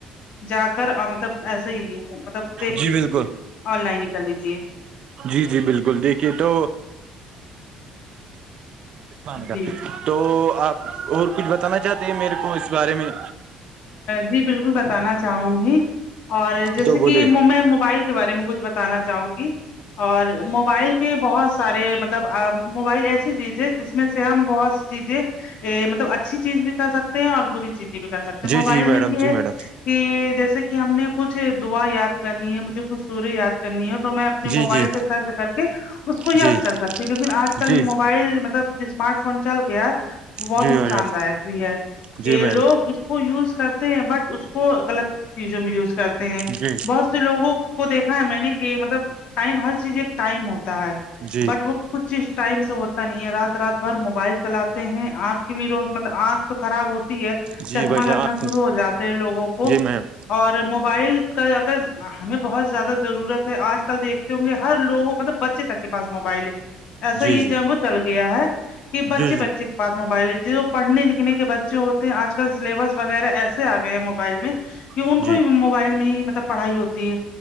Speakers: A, on the left; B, on the right.
A: جا کر مطلب ایسے ہی تب دیکھ
B: جی
A: لیجیے
B: بالکل
A: آن لائن ن کر لیجیے
B: جی جی بالکل دیکھیے تو پان کا
A: جی
B: تو آپ اور کچھ بتانا چاہتے ہیں میرے کو اس بارے میں
A: جی بالکل بتانا چاہوں گی اور جیسے
B: تو
A: کہ
B: بولے
A: میں موبائل بارے میں کچھ بتانا چاہوں گی اور موبائل کے بہت سارے مطلب موبائل ایسی چیز ہے جس میں سے ہم بہت سی چیزیں ا مطلب اچھی چیز بھی کر سکتے ہیں اور بری چیزیں بھی کر سکتے تو موبائل
B: جی جی میڈم
A: میں یہ
B: جی
A: ہے
B: میڈم
A: کہ جیسے کہ ہم نے کچھ دعا یاد کرنی ہے مجھے کچھ سورج یاد کرنی ہے میں اپنے
B: جی
A: موبائل
B: جی
A: پہ سرچ کر کے اس کو یاد
B: جی
A: کر سکتی ہوں لیکن آج
B: جی
A: کل یہ موبائل مطلب ج اسمارٹ فون چل گیا بہت
B: جی
A: نقصان
B: بھائی جان
A: داک بھی ہے
B: جی
A: یہ
B: میم
A: لوگ وہ یوز کرتے ہیں بٹ اس کو غلط چیزوں میں یوز کرتے ہیں
B: جی
A: بہت لوگوں کو دیکھا ہے میں نے کہ مطلب ٹائم ہر چیز ایک ٹائم ہوتا ہے
B: جی
A: بٹ وہ کچھ ٹائم سے ہوتا نہیں ہے رات رات بھر موبائل چلاتے ہیں آنکھ کے بھی روز مطلب آنکھ تو خراب ہوتی ہے
B: جی
A: چشمہ
B: بھائی جان
A: لگنا
B: آپ
A: شروع ہو جاتے ہے لوگوں کو
B: جی میم
A: اور موبائل کا اگر ہمیں بہت زیادہ ضرورت ہے آج کل دیکھ ہوں گے ہر لوگ مطلب بچے تک کے پاس موبائل ہے ایسا
B: جی
A: یہ
B: جی
A: جم وہ چل گیا ہے کہ بچے
B: جی
A: بچے پاس موبائل جو پڑھ لکھنے کے بچے ہوتے ہیں آج کل سلیبس وغیرہ ایسے آ گئے موبائل میں کہ ان
B: جی
A: کو
B: جی
A: مو موبائل میں ہی مطلب پڑھائی ہوتی ہے